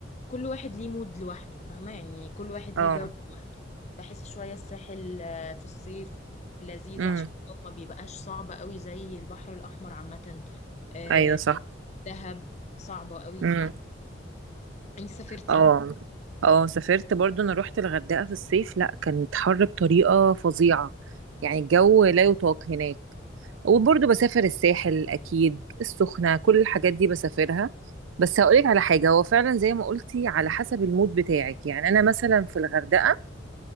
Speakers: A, on the left; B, on the right.
A: كل واحد ليه مود لوحده فاهمه يعني كل واحد
B: اه
A: ليه جو لوحده بحس شويه الساحل آه، في الصيف لذيذ
B: امم
A: عشان الجو ما بيبقاش صعب قوي زي البحر الاحمر عامه آه،
B: ايوه صح
A: دهب صعبه قوي
B: امم
A: في الحر انت سافرتي
B: اه اه سافرت برضو انا روحت الغردقة في الصيف لا كانت حر بطريقة فظيعة يعني الجو لا يطاق هناك وبرضو بسافر الساحل اكيد السخنة كل الحاجات دي بسافرها بس هقولك على حاجة هو فعلا زي ما قلتي على حسب المود بتاعك يعني انا مثلا في الغردقة